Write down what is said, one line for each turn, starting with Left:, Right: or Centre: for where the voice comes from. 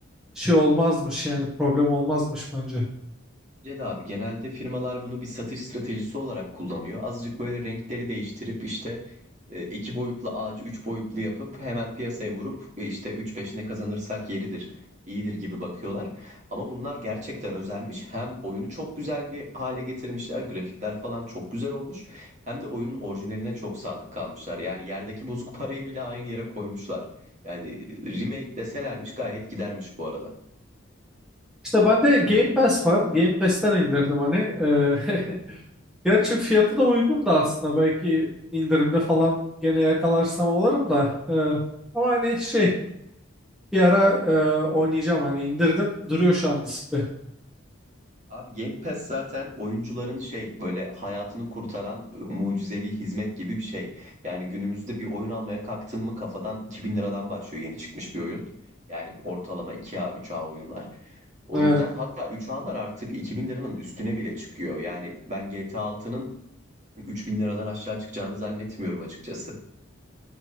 Centre: şey olmazmış yani problem olmazmış bence.
Right: Ced abi genelde firmalar bunu bir satış stratejisi olarak kullanıyor. Azıcık böyle renkleri değiştirip işte e, iki boyutlu ağacı üç boyutlu yapıp hemen piyasaya vurup e, işte 3 ne kazanırsak yeridir, iyidir gibi bakıyorlar. Ama bunlar gerçekten özelmiş. Hem oyunu çok güzel bir hale getirmişler, grafikler falan çok güzel olmuş. Hem de oyunun orijinaline çok sadık kalmışlar. Yani yerdeki bozuk parayı bile aynı yere koymuşlar. Yani e, remake deselermiş gayet gidermiş bu arada.
Centre: İşte bende Game Pass var. Game Pass'ten indirdim hani. Eee, <laughs> gerçi fiyatı da uygun da aslında. Belki indirimde falan gene yakalarsam alırım da. Eee, ama hani şey bir ara eee, oynayacağım hani indirdim. Duruyor şu an diskte.
Right: Abi Game Pass zaten oyuncuların şey böyle hayatını kurtaran e, mucizevi hizmet gibi bir şey. Yani günümüzde bir oyun almaya kalktın mı kafadan 2000 liradan başlıyor yeni çıkmış bir oyun. Yani ortalama 2A 3A oyunlar. O
Centre: Evet.
Right: yüzden hatta 3A'lar artık 2000 liranın üstüne bile çıkıyor. Yani ben GTA 6'nın 3000 liradan aşağı çıkacağını zannetmiyorum açıkçası.